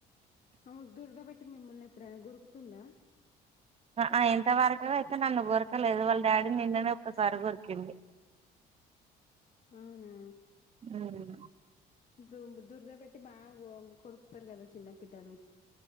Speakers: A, on the left (about 45°); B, on the right (about 35°).
A: ఆమెకు దురద బెట్టి మిమ్మల్ని ఎప్పుడైనా గొరుకుతుందా
B: ఆ ఇంత వరకు అయితే నన్ను గొరకలేదు వాళ్ళ డాడీ నిన్ననే ఒక్కసారి గొరికింది
A: అవునా
B: హ్మ్
A: ఇప్పుడు దురద పెట్టి బాగా కొరుకుతారు కదా చిన్నపిల్లలు